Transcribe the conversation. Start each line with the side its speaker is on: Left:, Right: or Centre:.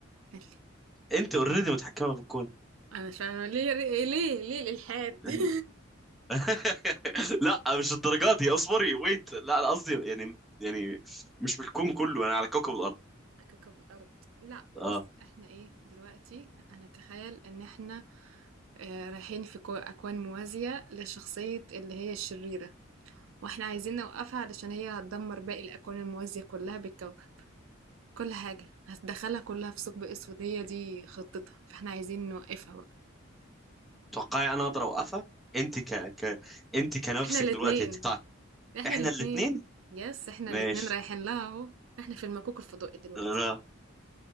Right: هاتلي
Centre: انت اوريدي متحكمه في الكون
Right: انا فعلا ليه ليه ليه الالحاد
Centre: <laughs>
Right: <laughs>
Centre: <laughs> لا مش الدرجات دي اصبري ويت لا انا قصدي يعني يعني مش بالكون كله انا على كوكب الارض
Right: على كوكب الأرض لا
Centre: اه
Right: بص احنا ايه دلوقتي هنتخيل ان احنا آه، رايحين في كو- أكوان موازية لشخصية اللي هي الشريرة واحنا عايزين نوقفها علشان هي هتدمر باقي الأكوان الموازية كلها بالكوكب كل حاجة هتدخلها كلها في ثقب أسود هي دي خطتها فاحنا عايزين نوقفها بقى
Centre: توقعي انا اقدر اوقفها انت ك ك انت كنفسك
Right: احنا الاتنين
Centre: دلوقتي هتدفع
Right: احنا
Centre: احنا
Right: الاتنين
Centre: الاثنين
Right: يس احنا
Centre: ماشي
Right: الاتنين رايحين لها اهو احنا في المكوك الفضائي دلوقتي
Centre: لا